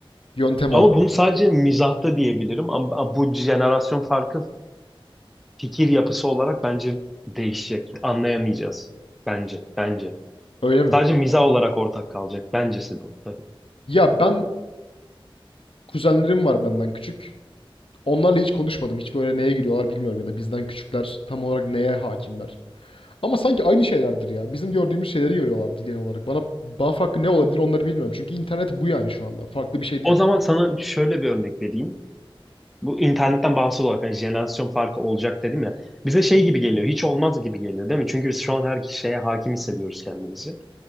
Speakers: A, on the left; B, in the centre.
A: Yöntem
B: Ama
A: olarak.
B: bunu sadece mizahta diyebilirim. Ama ama bu jenerasyon farkı fikir yapısı olarak bence değişecek. Anlayamayacağız. Bence, bence.
A: Öyle mi?
B: Sadece mizah olarak ortak kalacak. Bencesi bu tabii.
A: Ya ben kuzenlerim var benden küçük. Onlarla hiç konuşmadım. Hiç böyle neye giriyorlar bilmiyorum ya da bizden küçükler tam olarak neye hakimler. Ama sanki aynı şeylerdir ya. Bizim gördüğümüz şeyleri görüyorlardı genel olarak. Bana bağ hakkı ne olabilir onları bilmiyorum. Çünkü internet bu yani şu anda. Farklı bir şey
B: O
A: değil.
B: zaman sana şöyle bir örnek vereyim. Bu internetten bağımsız olarak hani jenerasyon farkı olacak dedim ya. Bize şey gibi geliyor. Hiç olmaz gibi geliyor değil mi? Çünkü biz şu an her şeye hakim hissediyoruz kendimizi.